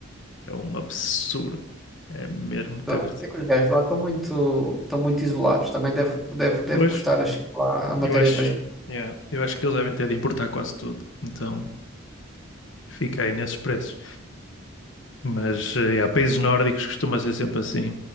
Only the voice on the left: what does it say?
É um absurdo. É mesmo muito
agressivo.
Pois,
eu acho, yeah, eu acho que eles devem ter de importar quase tudo. Então. Fiquei nesses preços. Mas eh, há países nórdicos costuma ser sempre assim.